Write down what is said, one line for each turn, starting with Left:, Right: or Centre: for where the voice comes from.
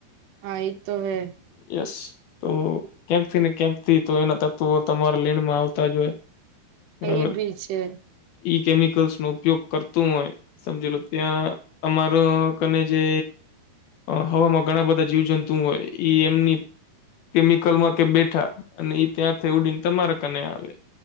Right: હા એ તો હૈ
Left: યસ. તો કેમથી ને કેમ થી તો એના તત્વો તમારા લેણમાં આવતા જ હોય બરાબર
Right: એ બી છે
Left: ઈ કેમિકલ્સનો ઉપયોગ કરતું હોય સમજી લો ત્યાં અમારો કને જે અ હવામાં ઘણા બધા જીવજંતુ હોય ઈ એમની કેમિકલમાં કે બેઠા અને ઈ ત્યાં થઈ ઉડીને તમારા કાને આવે